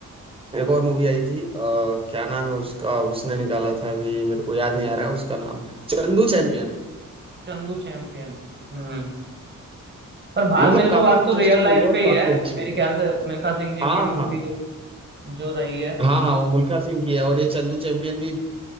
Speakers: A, on the right; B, on the right.
A: एक और मूवी आई थी अ, क्या नाम है उसका उसने निकाला था अभी मेरे को याद नहीं आ रहा है उसका नाम चंदू चैंपियन
B: चंदू चैंपियन हम्म पर भाग
A: मतलब
B: मिल्खा
A: काफी
B: भाग
A: इंटरेस्टिंग
B: तो रियल लाइफ
A: मूवी है और
B: पे ही
A: काफी
B: है
A: अच्छी
B: मेरे
A: है
B: ख्याल से मिल्खा सिंह जी
A: हाँ
B: की मूवी
A: हाँ
B: जो, जो रही है
A: हाँ हाँ वो मुल्खा सिंह की है और ये चंदू चैंपियन भी अ,